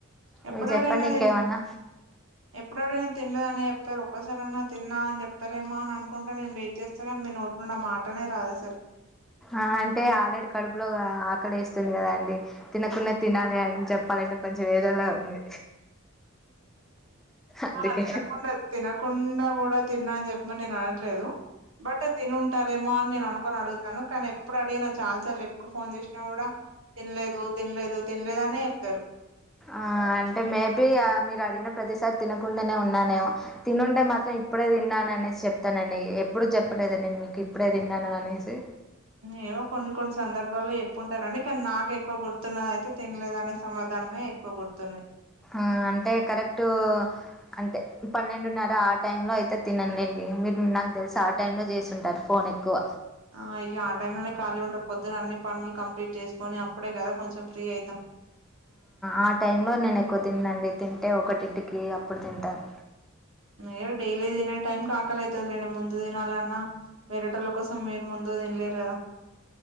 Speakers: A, on the right; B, in the centre.
A: ఎప్పుడ
B: మీరు జెప్పండి
A: అడిగినా అదే
B: ఇంకేమన్నా?
A: ఎప్పుడుడైనా తినలేదని చెప్తారు. ఒక్కసారీ అన్నా తిన్నా అని చెపుతారేమో అని అనుకుంటే నేను ఎక్స్పెక్ట్ చేస్తా కానీ మీ నోటి నుండి ఆ మాటనే రాదు అసలు
B: ఆ అంటే ఆల్రెడీ కడుపులో ఆకలి వేస్తుంది కదా అండి తినకుండా తినాలీ అని చెప్పాలంటే కొంచెం ఏధోలా ఉంది. అందుకే.
A: ఆ తినకుండా తినకుండా కూడా తిన్నా అని చెప్పమని నేను అనట్లేదు బట్ తినుంటరూ రేమో అని నేను అనుకోని అడుగుతాను కానీ ఎప్పుడు అడిగిన చాలా సార్లు ఎప్పుడు ఫోన్ చేసినా కూడా తినలేదు తినలేదు తినలేదు అనే చెప్తారు
B: ఆ అంటే మేబి ఆ మీరు అడిగిన ప్రతిసారి తినకుండానే ఉన్నానేమో తినుంటే మాత్రం ఇప్పుడే తిన్నాను అనేసి చెప్తానండి. ఎప్పుడు చెప్పలేద నేను మీకు ఇప్పుడే తిన్నాను అనేసి
A: ఏమో కొన్ని కొన్ని సందర్భాల్లో చెప్పి ఉంటారండి. కానీ నాక ఎక్కువ గుర్తున్నద అయితే తినలేదునే సమాధానమే ఏ క్కువ గుర్తు
B: ఆ అంటే కరెక్ట్ అంటే పన్నెండున్నర ఆ టైమ్ లో అయితే తిననులేండి మీరు నాకు తెలిసి ఆ ఆ టైమ్ లో చేసి ఉంటారు. ఫోన్ ఎక్కువ
A: ఆ ఇక ఆ టైమ్ లోనే ఖాళీ ఉంటారూ పొద్దున అన్ని పనులు కంప్లీట్ చేసుకొని అప్పుడే కదా కొంచెం ఫ్రీ అయితాం
B: ఆ టైంలో నేను ఎక్కువ తిన్నానండి తింటే ఒకటింటికి అప్పుడు తింటాను
A: ఏ డైలీ తీనే టైమ్ కి ఆకలి అయితదీ కానీ ముందు తినాలన్న వేరేతోళ్ల కోసం మీరు ముందు తినలేరు కదా